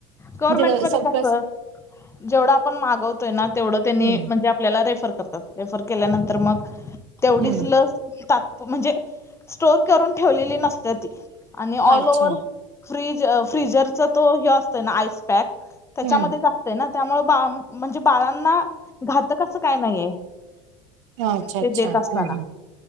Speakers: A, on the left; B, on the right.
A: गव्हर्मेंट
B: म्हणजे
A: मध्ये
B: सगळंच
A: कसं, जेवढं आपण मागवतोय ना तेवढं त्यांनी
B: हम्म
A: म्हणजे आ आपल्याला रेफर करतात, रेफर केल्यानंतर मग तेवढीच
B: हम्म
A: लस तात्पु, म्हणजे स्टोर करून ठेवलेली नसते ती आणि ऑल
B: अच्छा
A: ओव्हर फ्रीज फ्रीजरचा तो हे असतोय ना आईसपॅक त्याच्यामध्येच
B: हम्म
A: असतय ना त्यामुळे बा म्हणजे बाळांना घातक असं काय नाहीये.
B: अच्छा अच्छा,
A: ते देत
B: हम्म
A: असताना
B: हम्म,